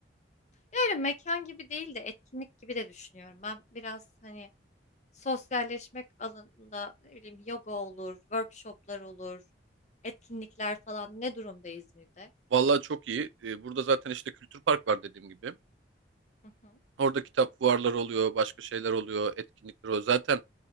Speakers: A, on the left; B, on the right.
A: Böyle mekan gibi değil de etkinlik gibi de düşünüyorum. Ben biraz hani sosyalleşmek alanında ne bileyim yoga olur, workshoplar olur, etkinlikler falan ne durumda İzmir'de?
B: Vallahi çok iyi. Ee, Burada zaten işte kültür park var dediğim gibi.
A: Hı hı.
B: Orada kitap fuarları oluyor, başka şeyler oluyor, etkinlikler oluyor. Zaten